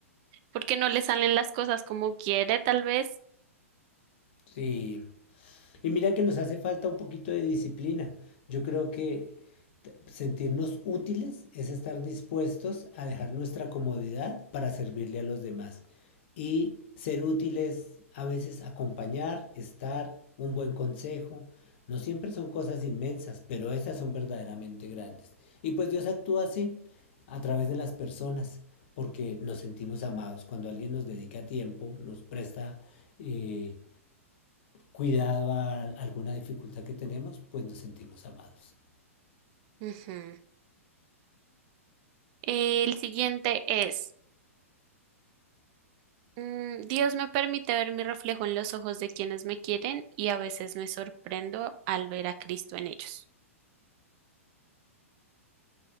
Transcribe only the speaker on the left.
Sí, Y mira que nos hace falta un poquito de disciplina. Yo creo que t- sentirnos útiles es estar dispuestos a dejar nuestra comodidad para servirle a los demás. Y ser útiles a veces acompañar, estar, un buen consejo. No siempre son cosas inmensas, pero esas son verdaderamente grandes. Y pues Dios actúa así a través de las personas, porque nos sentimos amados. Cuando alguien nos dedica tiempo, nos presta eh, cuidado a alguna dificultad que tenemos, pues nos sentimos amados.